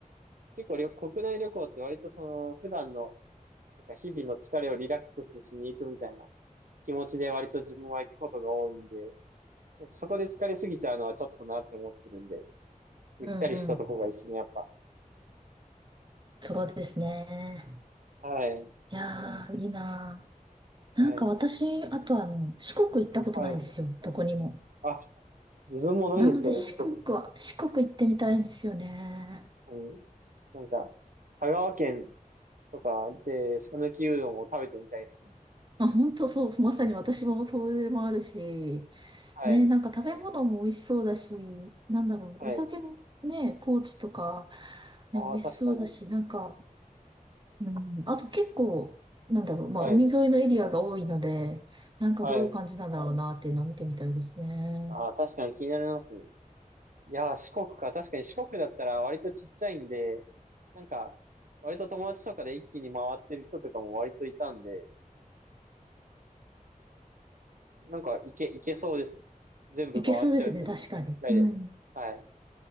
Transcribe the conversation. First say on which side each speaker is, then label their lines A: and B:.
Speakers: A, on the right; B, on the right.
A: 結構旅、国内旅行って割とその、普段の、なんか日々の疲れをリラックスしに行くみたいな気持ちで割と自分は行くことが多いんで、なんかそこで疲れすぎちゃうのはちょっとなって思ってるんで、ゆったりしたとこがいいですね、
B: うんうん。
A: やっぱ。
B: そうですね。
A: はい。
B: いやー、いいなー。
A: はい。
B: なんか私、あとあの、四国行ったことないんですよ。
A: はい。
B: どこにも。
A: あ、自分もないんですよね、
B: なので四国は、
A: 四国。
B: 四国行ってみたいんですよね。
A: うん。なんか、香川県とかで、讃岐うどんを食べてみたいですね。
B: あ、本当そう、まさに私もそれもあるし、
A: はい。
B: ね、なんか食べ物も美味しそうだし、なんだろう、
A: はい。
B: お酒もね、高知とか、ね、
A: ああ、
B: 美味しそうだし、
A: 確かに。
B: なんか、うん、あと結構、なんだろう、まあ、
A: はい。
B: 海沿いのエリアが多いので、なんかどういう感じなんだろうなっていうのを見てみたいですね。
A: はい。ああ、確かに気になりますね。いやー、四国か。確かに四国だったら割とちっちゃいんで、なんか、割と友達とかで一気に回ってる人とかも割といたんで、なんか、いけ、いけそうですね。全部回っちゃうって一一回です。
B: いけそうですね、確かに。うん。
A: はい。